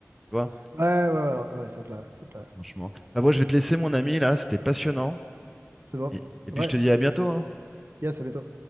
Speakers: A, in the centre; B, on the right.
A: tu vois,
B: Ouais, ouais, ouais, ouais, c'est clair, c'est clair.
A: franchement. Enfin bon, je vais te laisser, mon ami, là, c'était passionnant.
B: C'est bon.
A: Et, et puis
B: Ouais,
A: je te dis à bientôt, hein.
B: yes, à bientôt.